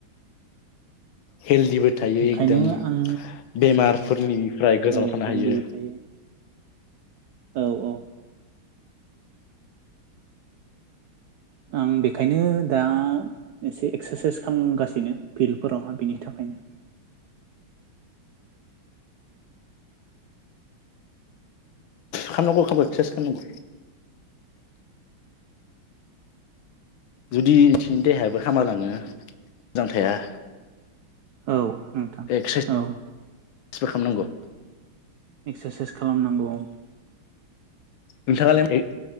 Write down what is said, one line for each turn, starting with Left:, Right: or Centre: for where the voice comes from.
Left: हेलदिबो थायो
Right: ओंखायनो
Left: एकदम
Right: आं
Left: बेमारफोरनिफ्राय गोजानाव
Right: औ
Left: थानो
Right: हेल्दिबो
Left: हायो
Right: थायो औ औ आं बेखायनो दा एसे एक्सारसाइस खालामगासिनो फिल्डफोराव बिनि थाखायनो
Left: खारनांगौ खालामनांगौ। जुदि एसेंनि देहायाबो हामानाङो मोजां थाया
Right: औ।
Left: एक्सारसाइसबो
Right: औ
Left: खालामनांगौ।
Right: एक्सारसाइस खालामनांगौ।
Left: नोंथाङालाय